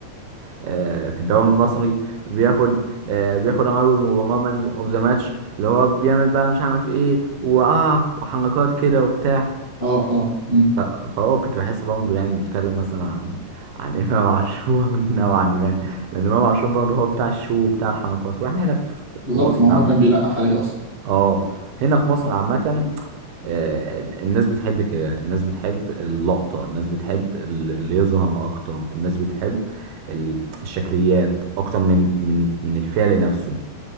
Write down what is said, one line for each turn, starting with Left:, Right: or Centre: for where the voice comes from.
Right: آه، في الدوري المصري بياخد آه، بياخد أول مباراة مان أوف ذا ماتش اللي هو بيعمل بقى مش عارف إيه وآه وحركات كده وبتاع
Left: اه اه مم.
Right: ف- فهو كنت بحس برضه يعني بيتكلم مثلا عن عن إمام عاشور <laughs> نوعا ما لأن إمام عاشور برضه هو بتاع الشو وبتاع الحركات وإحنا هنا في
Left: بالظبط
Right: في مصر
Left: ما هو
Right: عامة
Left: كان بيلقح عليه اصلا
Right: اه هنا في مصر عامة آه، الناس بتحب كده الناس بتحب اللقطة الناس بتحب ال- اللي يظهر أكتر الناس بتحب ال- الشكليات أكتر من من من الفعل نفسه